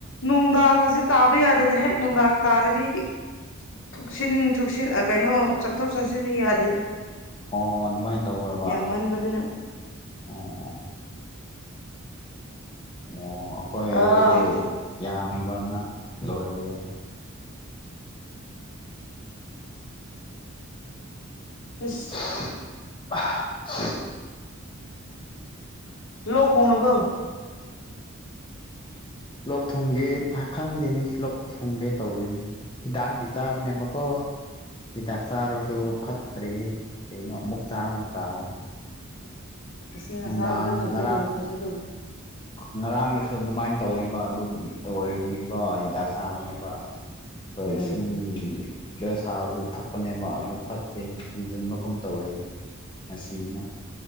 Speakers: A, on the left (about 60°); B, on the left (about 25°).
A: ꯅꯨꯡꯗꯥꯡ ꯑꯁꯤ ꯇꯥꯕ ꯌꯥꯗꯦꯅꯦ ꯍꯦꯛ ꯅꯨꯡꯗꯥꯡ ꯇꯥꯔꯗꯤ ꯊꯨꯛꯁꯤꯟ ꯊꯨꯛꯁꯤꯟ ꯑꯥ ꯀꯩꯅꯣ ꯆꯠꯊꯣꯛ ꯆꯠꯁꯤꯟ ꯌꯥꯗꯦꯗ
B: ꯑꯣ ꯑꯗꯨꯃꯥꯏꯅ ꯇꯧꯕ꯭ꯔꯕ
A: ꯌꯥꯝꯃꯟꯕꯗꯨꯅ
B: ꯑꯣ ꯑꯣ ꯑꯣ ꯑꯩꯈꯣꯏꯗꯁꯨ
A: ꯑꯥ
B: ꯌꯥꯝꯕꯅ ꯂꯣꯏꯔꯦ
A: ꯍꯁ
B: <unintelligible>
A: ꯂꯣ ꯈꯣꯡꯅꯕꯨ <inaudible>
B: ꯂꯣꯛ ꯊꯨꯡꯒꯦ ꯊ ꯈꯪꯗꯦꯅꯦ ꯂꯣꯛ ꯊꯨꯡꯒꯦ ꯇꯧꯔꯤꯅꯦ ꯍꯤꯗꯥꯛꯗꯤ ꯆꯕꯅꯦꯕꯀꯣ ꯍꯤꯗꯥꯛ ꯆꯥꯔꯁꯨ ꯐꯠꯇ꯭ꯔꯔꯤ ꯀꯩꯅꯣ ꯑꯃꯨꯛ ꯆꯥꯔꯁꯨ ꯇꯥꯔꯦ
A: ꯇꯁꯦꯡꯅꯁꯥꯕꯗ
B: ꯅꯨꯡꯗꯥꯡ
A: ꯊꯧꯖꯤꯜꯂꯨꯔꯣ
B: ꯉꯔꯥꯡ
A: ꯊꯧꯖꯤꯜꯂꯨꯔꯦ
B: ꯉꯔꯥꯡꯗꯁꯨ ꯑꯗꯨꯃꯥꯏ ꯇꯧꯋꯦꯕ ꯑꯗꯨꯝ ꯂꯣꯏꯕꯒꯤꯀꯣ ꯑꯩ ꯍꯤꯗꯥꯛ ꯆꯥꯕꯅꯦꯕ ꯗꯣ
A: ꯎꯝ
B: ꯏꯁꯤꯡ ꯗꯁ ꯑꯗꯨ ꯊꯛꯄꯅꯦꯕ ꯑꯗꯨ ꯐꯠꯇ꯭ꯔꯤ ꯍꯦꯟꯖꯟꯕꯒꯨꯝ ꯇꯧꯋꯦ ꯉꯥꯁꯤꯅ